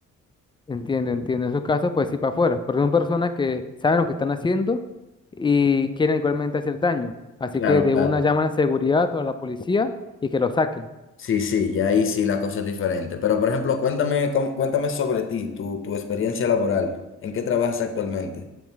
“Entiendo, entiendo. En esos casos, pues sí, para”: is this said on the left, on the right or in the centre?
Left